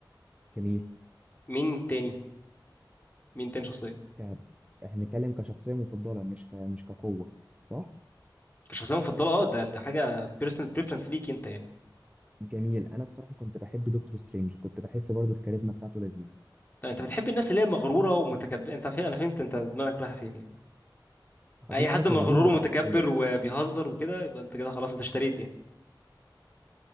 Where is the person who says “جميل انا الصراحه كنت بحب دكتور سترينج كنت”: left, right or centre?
Right